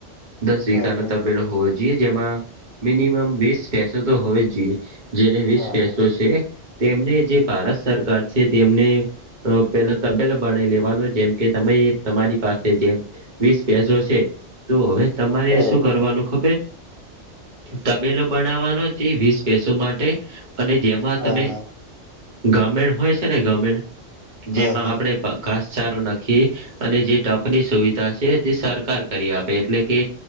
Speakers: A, on the right; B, on the left.
A: દસ વિઘાનો
B: હા હા
A: તબેલો હોવો જોઈએ. જેમાં મિનિમમ વીસ ભેંસો તો હોવી જ જોઈએ. જેને વીસ
B: હા
A: ભેંસો
B: હા
A: છે. તેમને જે ભારત સરકાર છે. તેમને પેલો તબેલો બનાઈ લેવાનો જેમ કે તમે તમારી પાસે જેમ વિસ ભેંસો છે. તો હવે તમારે
B: બરોબર
A: શું કરવાનું ખબેર તબેલો બનાવાનો જે વિસ ભેંસો માટે અને જેમાં
B: હા
A: તમે
B: હા
A: ગમેણ હોય છે. ને ગમેણ
B: હા
A: જેમાં
B: હા
A: આપણે ઘાસચારો નાખીએ અને જે ટપની સુવિધા છે તે સરકાર કરી આપે એટલે કે